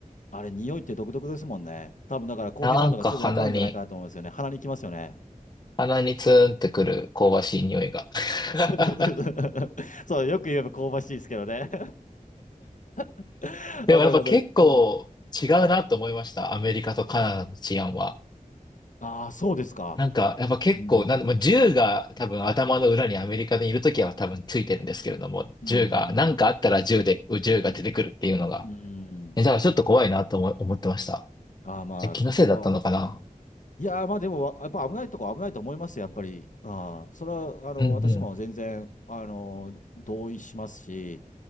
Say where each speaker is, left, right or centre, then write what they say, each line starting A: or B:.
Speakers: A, on the left (about 65°); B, on the left (about 30°).
A: あれ、匂いって独特ですもんね。多分だから、浩平さんとかすぐわかるんじゃないかなと思うんですよね。
B: なんか鼻に、
A: 鼻にきますよね。
B: 鼻にツーンってくる香ばしい匂いが
A: <laughs>
B: <laughs>
A: そうそうそうそうそうよく言えば香ばしいですけどね。<laughs>
B: でもやっぱ結構違うなと思いました。
A: わかります。うん
B: アメリカとカナダの治安は。
A: ああ、そうですか。
B: なんか、やっぱ結構、
A: うん。
B: なん、まあ銃が多分頭の裏にアメリカでいるときは多分ついてるんですけれども、
A: うん。
B: 銃が、なんかあったら銃で、銃が出てくるっていうのが。
A: うん。
B: え、だからちょっと怖いなと思、思ってました。
A: ああ、まあ、
B: え、気のせいだったのかな
A: そこは、うん。いやー、まあでも、わやっぱ危ないとこ危ないと思いますよ、やっぱり。ああ、それは、あの、
B: うんうん。
A: 私も全然、あの、同意しますし、